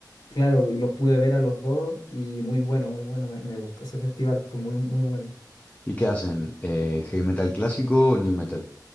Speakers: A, on the left; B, on the left.
A: claro, y los pude ver a los dos. Y muy bueno, muy bueno. Me, me gustó ese festival, fue muy, muy bueno.
B: ¿Y qué hacen? Eh, ¿heavy metal clásico o new metal?